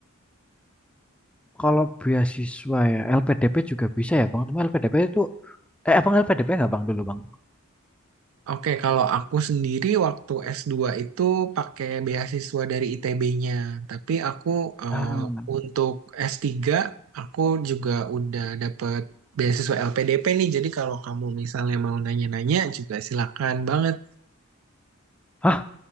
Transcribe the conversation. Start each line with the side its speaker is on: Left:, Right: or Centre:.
Centre: Kalau beasiswa ya, LPDP juga bisa ya Bang. Cuma LPDP itu, eh Abang LPDP nggak Bang dulu Bang?
Right: Oke, kalau aku sendiri waktu s dua itu pakai beasiswa dari ITB-nya, tapi aku eh,
Centre: Ah.
Right: untuk s tiga aku juga udah dapet beasiswa LPDP nih. Jadi kalau kamu misalnya mau nanya-nanya juga silakan banget.
Centre: Hah?